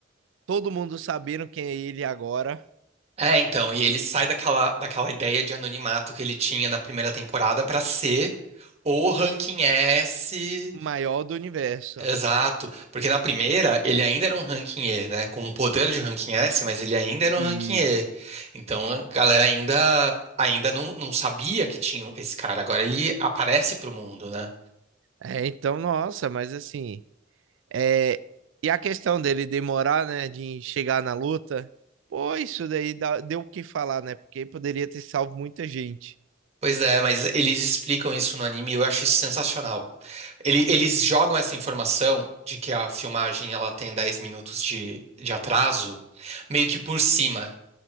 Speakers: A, on the right; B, on the right.
A: todo mundo sabendo quem é ele agora,
B: É, então, e ele sai daquela, daquela ideia de anonimato que ele tinha na primeira temporada pra ser o ranking S.
A: o maior do universo.
B: Exato, porque na primeira ele ainda era um ranking E, né? Com o poder de ranking S, mas ele ainda era
A: E
B: um ranking E. Então a galera ainda, ainda não, não sabia que tinha esse cara. Agora ele aparece pro mundo, né?
A: é, então, nossa, mas assim, é, e a questão dele demorar, né, de chegar na luta, pô, isso daí dá- deu o que falar, né? Porque poderia ter salvo muita gente.
B: Pois é, mas eles explicam isso no anime e eu acho isso sensacional. Ele- eles jogam essa informação de que a filmagem ela tem 10 minutos de, de atraso, meio que por cima.